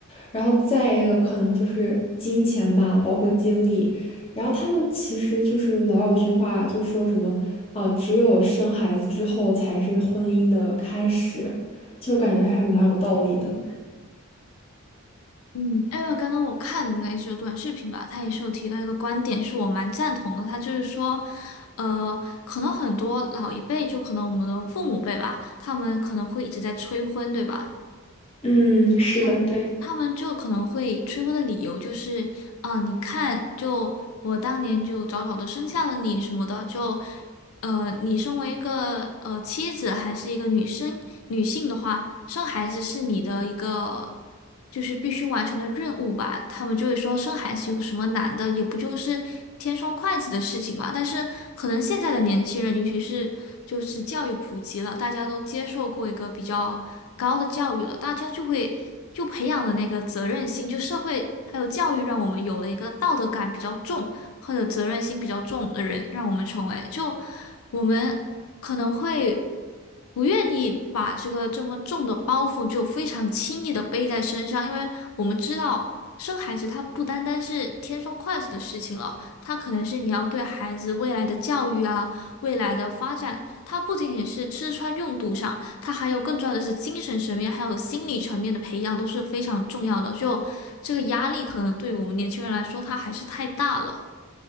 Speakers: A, on the left; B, on the left.
A: 然后再一个可能就是金钱吧，包括精力。然后他们其实就是老有句话，就说什么啊、只有生孩子之后才是婚姻的开始，就感觉还蛮有道理的。
B: 嗯，因为刚刚我看的那一组短视频吧，他也是有提到一个观点，是我蛮赞同的，他就是说，呃，可能很多老一辈，就可能我们的父母辈吧，他们可能会一直在催婚，对吧？
A: 嗯，是的，
B: 嗯，
A: 对。
B: 他们就可能会催婚的理由就是，啊、你看，就我当年就早早的生下了你什么的，就呃，你身为一个呃妻子还是一个女生女性的话，生孩子是你的一个就是必须完成的任务吧？他们就会说生孩子有什么难的，也不就是添双筷子的事情嘛。但是可能现在的年轻人，尤其是就是教育普及了，大家都接受过一个比较高的教育了，大家就会就培养了那个责任心，就社会还有教育让我们有了一个道德感比较重。或者责任心比较重的人，让我们成为。就我们可能会不愿意把这个这么重的包袱就非常轻易的背在身上，因为我们知道生孩子它不单单是天生快乐的事情了，它可能是你要对孩子未来的教育啊、未来的发展，它不仅仅是吃穿用度上，它还有更重要的是精神层面还有心理层面的培养都是非常重要的。就这个压力可能对我们年轻人来说，它还是太大了。